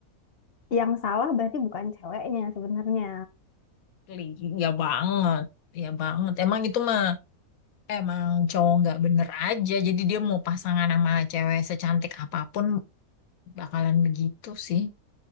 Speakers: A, on the left (about 50°); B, on the left (about 75°).
A: yang salah berarti bukan ceweknya sebenarnya.
B: Asli, ya banget, ya banget. Emang itu mah emang cowok nggak bener aja. Jadi dia mau pasangan sama cewek secantik apapun bakalan begitu sih.